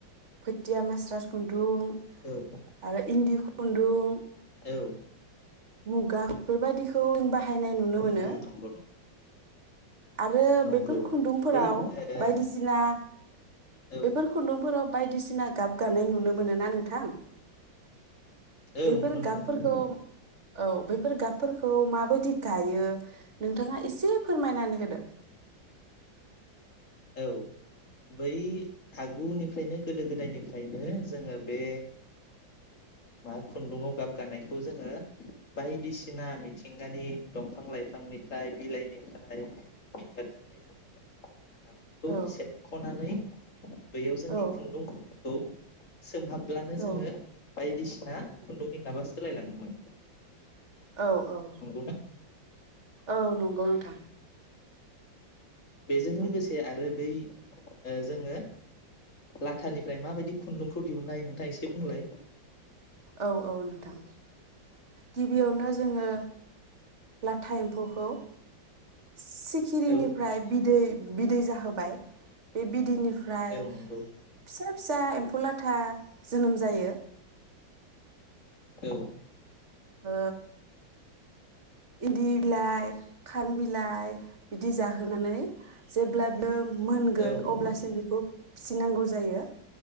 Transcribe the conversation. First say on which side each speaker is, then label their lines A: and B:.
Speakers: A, on the right; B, on the left.
A: फोथिया मास्रास खुन्दुं खुन्दुं
B: औ
A: आरो इन्दि खुन्दुं
B: औ
A: मुगा बेफोरबायदिखौ जों बाहायनाय नुनो मोनो।
B: उम नंगौ
A: आरो
B: नंगौ
A: बेफोर खुन्दुंफोराव
B: बै ओ
A: बायदिना
B: औ
A: बेफोर खुन्दुंफोराव बायदिसिना गाब गानाय नुनो मोनो ना नोंथां?
B: औ
A: बेफोर
B: नुनो
A: गाबफोरखौ
B: मोनो मोनो
A: औ बे फोर गाब फोरखौ माबायदि गायो नोंथाङा एसे फोरमायनानै होदो
B: औ बै आगुनिफ्रायनो गोदो गोदायनिफ्रायनो जोङो बे मा खुन्दुाव गाबगानायखौ जोङो बायदिसिना मिथिंगानि दंफां लाइफांनिफ्राय बिलाइनिफ्राय बिबारनिफ्राय जोङो खौ
A: औ
B: सेबख'नानै बैयाव जोंनि
A: औ
B: खुन्दुंफोरखौ सोमहाबब्लानो जोङो
A: औ
B: बायदिसिना खुन्दुंनि गाबा सोलायलाङोमोन।
A: औ औ
B: नंगौना
A: औ नंगौ नोंथां
B: बेजों लोगोसे आरो बै जोङो लाथानिफ्राय माबायदि खुन्दुंखौ दिहुननाय हायो नोंथांङा एसे बुंलाय
A: औ औ नोंथां गिबियावनो जोङो <inaudible> एम्फौखौ सिखिरिनिफ्राय
B: औ
A: बिदै बिदै जाहोबाय बे बिदैनि फ्राय
B: औ
A: फिसा
B: नंगौ
A: फिसा एम्फौ लाथा जोनोम जायो।
B: औ
A: ओ इन्दि बिलाइ खारं बिलाइ बिदि जाहोनानै जेब्लाबो मोनगोन
B: औ नंगौ
A: अब्लासिम बेखौ फिसिनांगौ जायो।